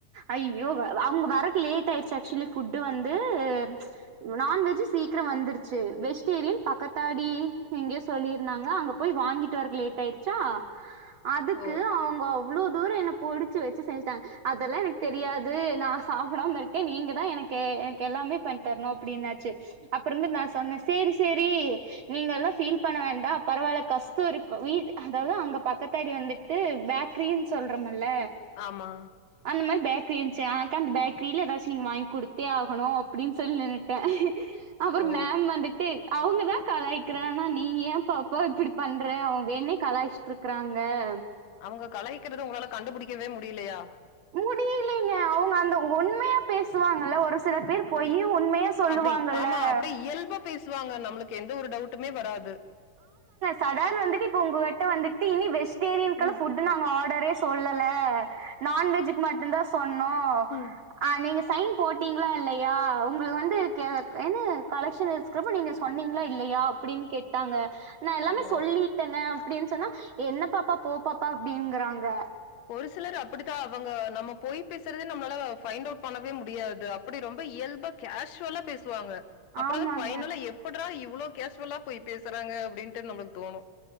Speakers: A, on the right; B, on the left.
A: ஐய்யோ அவுங்க வறக்கு லேட் ஆய்ருச்சு ஆக்சுலி ஃபுட்டு் வந்து ச் நான்வெஜ்ஜு சீக்ரோ வந்துருச்சு வெஜ்டேரியன் பக்கத்தாடி எங்க்யே சொல்லி இருந்தாங்க அங்க போய் வாங்கிட்டு வறக்கு லேட் ஆய்ருச்சா அதுக்கு
B: ஓ
A: அவுங்க எவ்ளோ தூரோ என்ன புடுச்சு வச்சு செஞ்டாங்க அதல்லா எனக் தெரியாது நா சாப்படாம இருக்கே நீங்க தா எனக்கு எனக் எல்லாமே பண்ணி தரணு அப்டின்னாச்சு அப்பறந்து நா சொன்னே சேரி சேரி நீங்க எல்லா ஃபீல் பண்ண வேண்டா பரவால்ல கஷ்டொருக்கு வீட் அதாவது அங்க பக்கத் தாடி வந்துட்டு பேக்ரின் சொல்ற மா ல்ல
B: ஆமா
A: அந்த மாரி பேக் பேக்ரி இன்ச்சு ஆ அக்கா அந்த பேக்ரில ஏதாச்சு நீங்க வாங்கி குடுத்தே ஆகணு அப்டின் சொல்லி நின்னுட்டே அப்றோ
B: ஓ
A: மேம் வந்துட்டு அவுங்கதா கலாய்கிறானா நீங்க ஏன் பாப்பா இப்டி பண்ற அவுங் வேன்ணே கலாய்ச்ட்ருக்குறாங் க
B: அவுங்க கலாக்கிறது உங்களால கண்டுபுடி கவே முடிலயா
A: முடியலேங்க அவுங்க அந்த உண்மையா பேசுவாங்கல்ல ஒரு சில பேர் பொய்யு உண்மையா சொல்லுவாங்கல்ல
B: அப்டி காமா, அப்டி இயல்பா பேசுவாங்க, நம்மளுக்கு எந்த ஒரு டவுட்டுமே வராது.
A: சதாரண வந்துட்டு இப்போ உங்ககிட்ட வந்துட்டு இனி வெஜ்டேரியனுக்குள்ளா
B: ம்
A: ஃபுட்டு நாங்க ஆடரே சொல்லல நான்வெஜ்ஜுக்கு மட்டுதா சொன்னோ
B: ம்
A: ஆ நீங்க சைன். போட்டீங்களா இல்லையா உங்களுக்கு வந்து கெ என்ன கலெக்ஷன ஸ்கப்ப நீங்க சொன்னீங்ளா இல்லையா அப்டின்னு கேட் டாங்க நான் எல்லாமே
B: ஆமா
A: சொல்லிட்டங்க அப்டின்னு சொன்னா என்ன பாப்பா போ பாப்பா அப்டிங்கறாங்க
B: ஒரு சிலர் அப்படித்தா அவங்க நம்ம பொய் பேசுறதே நம்மளால ஃபைண்ட் அவுட் பண்ணவே முடியாது அப்டி ரொம்ப இயல்பா கேஷுவலா பேசுவாங்க அப்றகு
A: ஆமாங்க
B: ஃபைனலா எப்பிட்ரா இ இவ்வளோ கேஷ்வலா போய்பேசுறாங்க அப்பிடின்ட்டு நம்மளுக்கு தோணு